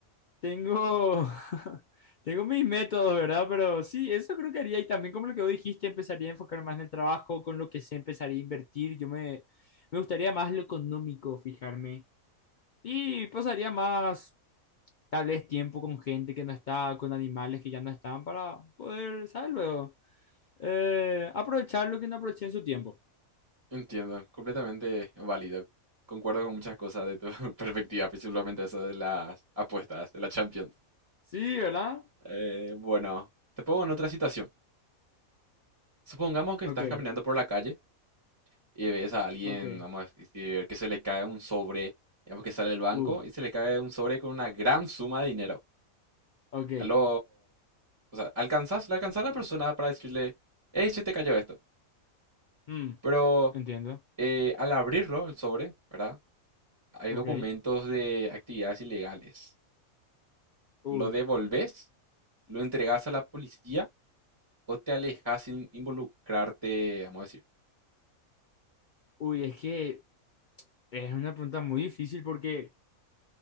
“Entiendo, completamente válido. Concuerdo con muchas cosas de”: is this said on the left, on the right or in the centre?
Right